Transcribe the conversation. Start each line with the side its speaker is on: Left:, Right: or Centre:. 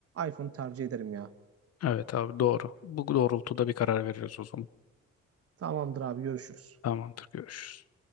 Right: iPhone'u tercih ederim ya.
Left: Evet abi doğru. Bu doğrultuda bir karar veririz o zaman.
Right: Tamamdır abi görüşürüz.
Left: Tamamdır görüşürüz.